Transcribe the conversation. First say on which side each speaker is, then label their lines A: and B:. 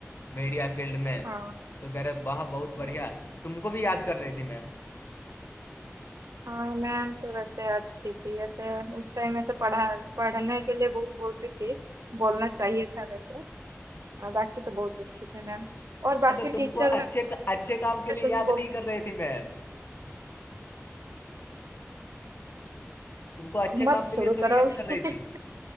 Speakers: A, on the left (about 50°); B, on the right (about 75°).
A: मीडिया फील्ड में
B: हाँ
A: तो कह रहे वाह बहुत बढ़िया
B: हाँ
A: तुमको भी याद कर रही थी मैम
B: हाँ मैम तो वैसे अच्छी थी ऐसे उस टाइम ऐसे पढ़ा पढ़ने के लिए बहुत बोलती थी बोलना चाहिए था वैसे हाँ, बाकी तो बहुत अच्छे थे मैम और बाकी
A: हाँ तो तुमको
B: टीचर मैं
A: अच्छे अच्छे काम के लिए
B: सुनी
A: याद
B: बहुत
A: नहीं कर रही थी मैम तुमको अच्छे
B: मत
A: काम
B: शुरू
A: के लिए थोड़ी
B: करो
A: याद
B: अभी।
A: कर रही थी
B: <laughs>